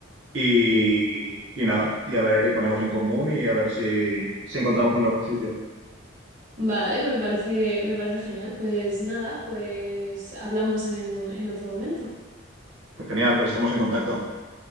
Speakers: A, on the right; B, on the right.
A: y,
B: Ujú.
A: y nada, y a ver, y ponemos en común y a ver si, si encontramos el mejor sitio.
B: Vale, me parece, me parece genial. Pues nada, pues hablamos en, en otro momento.
A: Pues genial, pues estamos en contacto.